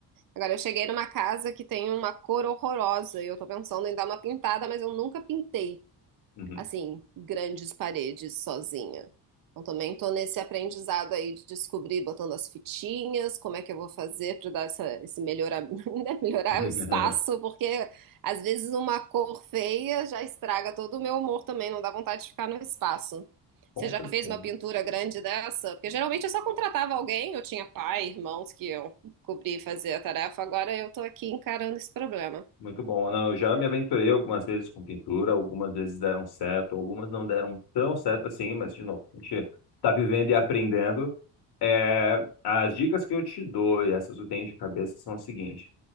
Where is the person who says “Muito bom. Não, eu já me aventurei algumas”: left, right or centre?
Left